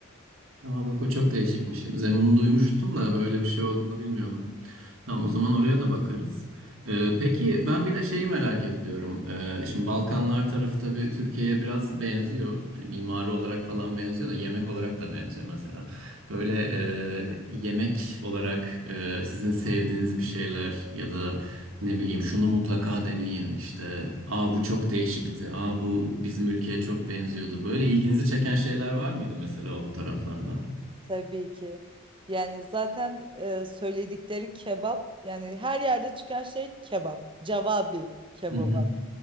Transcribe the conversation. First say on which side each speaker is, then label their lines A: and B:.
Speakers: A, on the right; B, on the right.
A: Aa bak o çok değişikmiş. Zemun'u duymuştum da böyle bir şey olduğunu bilmiyordum. Tamam o zaman oraya da bakarız. Ee, peki ben bir de şeyi merak ediyorum. Ee, şimdi Balkanlar tarafı tabii Türkiye'ye biraz benziyor. Hani mimari olarak falan benziyor da yemek olarak da benziyor mesela. Böyle e, yemek olarak e, sizin sevdiğiniz bir şeyler ya da ne bileyim şunu mutlaka deneyin işte. Aa bu çok değişikti. Aa bu bizim ülkeye çok benziyordu. Böyle ilginizi çeken şeyler var mıydı mesela o taraflarda?
B: Tabii ki. Yani zaten e, söyledikleri kebap yani her yerde çıkan şey kebap. Cevabi kebap.
A: Hı hı.